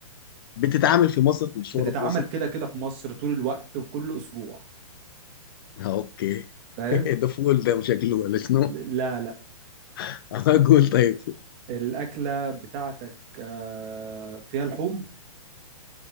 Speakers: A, on the left; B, on the right.
A: بتتعمل في مصر مشهورة
B: بتتعمل
A: في مصر
B: كده كده في مصر طول الوقت وفي كل اسبوع
A: آه، أوكي
B: فاهم
A: <laughs> ده فول ده شكله ولا شنو
B: لا لا
A: <laughs> أنا أقول طيب
B: الاكله بتاعتك آه فيها لحوم